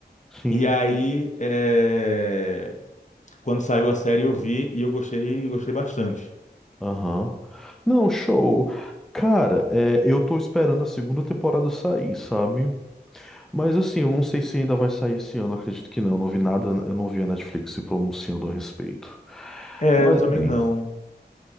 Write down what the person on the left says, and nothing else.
E aí, é, quando saiu a série, eu vi e eu gostei, gostei bastante.
É,
eu também
não.